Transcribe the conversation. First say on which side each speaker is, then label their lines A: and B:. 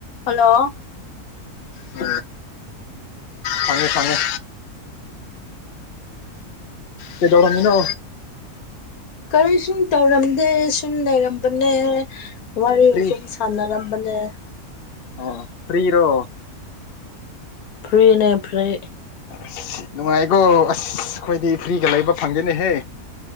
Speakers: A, on the left (about 70°); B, on the left (about 55°).
A: hello
B: ꯎꯝ ꯐꯉꯦ ꯐꯉꯦ ꯀꯗꯧꯔꯅꯤꯅꯣ
A: ꯀꯔꯤ ꯁꯨꯝ ꯇꯧꯔꯝꯗꯦ ꯁꯨꯝ ꯂꯩꯔꯝꯕꯅꯦ ꯋꯥꯔꯤꯨꯝ
B: ꯐ꯭ꯔꯤ
A: ꯁꯥꯟꯅꯔꯝꯕꯅꯦ
B: ꯑꯣ ꯐ꯭ꯔꯤꯔꯣ
A: ꯐ꯭ꯔꯤꯅꯦ ꯐ꯭ꯔꯤ
B: ꯑꯁ ꯅꯨꯡꯉꯥꯏꯀꯣ ꯑꯁ ꯈꯣꯏꯗꯤ ꯐ꯭ꯔꯤꯒ ꯂꯩꯕ ꯐꯪꯗꯦꯅꯦꯍꯦ